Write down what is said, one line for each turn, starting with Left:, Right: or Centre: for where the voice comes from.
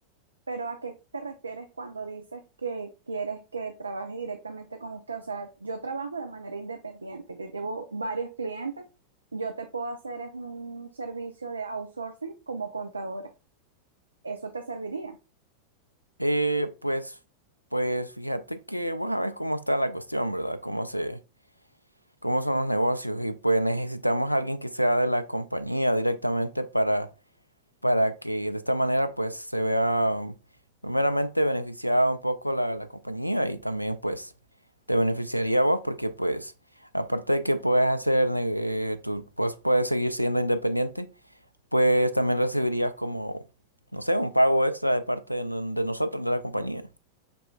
Right: Pero ¿a qué te refieres cuando dices que quieres que trabaje directamente con usted? O sea, yo trabajo de manera independiente, yo llevo varios clientes, yo te puedo hacer es un servicio de outsourcing como contadora. ¿Eso te serviría?
Left: Eh, pues, pues fíjate que vos sabés cómo está la cuestión, ¿verdad? Cómo se, cómo son los negocios y pues necesitamos a alguien que sea de la compañía directamente para para que de esta manera pues se vea um, primeramente beneficiada un poco la, la compañía y también pues te beneficiaría a vos porque pues aparte de que puedes hacer eh, tú pues, puedes seguir siendo independiente pues también recibirías como no sé un pago extra de parte de, no- de nosotros de la compañía.